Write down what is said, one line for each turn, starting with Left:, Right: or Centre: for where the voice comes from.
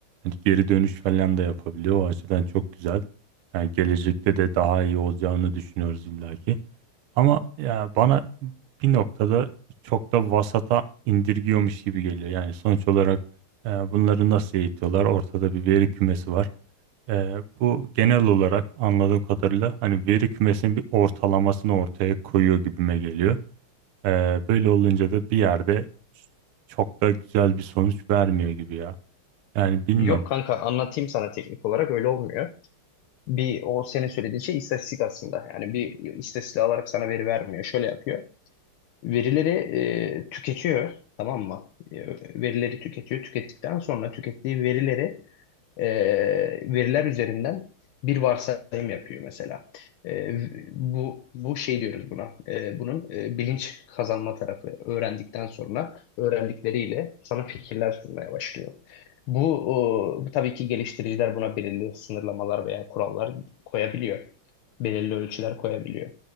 Right: Yani geri dönüş falan da yapabiliyor. O açıdan çok güzel. Yani gelecekte de daha iyi olacağını düşünüyoruz illaki. Ama ya bana bir noktada çok da vasata indirgiyormuş gibi geliyor. Yani sonuç olarak e, bunları nasıl eğitiyorlar? Ortada bir veri kümesi var. E, bu genel olarak anladığım kadarıyla hani veri kümesinin bir ortalamasını ortaya koyuyor gibime geliyor. E, böyle olunca da bir yerde çok da güzel bir sonuç vermiyor gibi ya. Yani bilmiyorum.
Left: Yok kanka anlatayım sana teknik olarak öyle olmuyor. Bir o senin söylediğin şey istatistik aslında. Yani bir istatistik alarak sana veri vermiyor. Şöyle yapıyor. Verileri e, tüketiyor, tamam mı? E, Verileri tüketiyor. Tükettikten sonra tükettiği verileri e, veriler üzerinden bir varsayım yapıyor mesela. E, bu bu şey diyoruz buna. E, bunun e, bilinç kazanma tarafı öğrendikten sonra öğrendikleriyle sana fikirler sunmaya başlıyor. Bu, o, bu tabii ki geliştiriciler buna belirli sınırlamalar veya kurallar koyabiliyor. Belirli ölçüler koyabiliyor.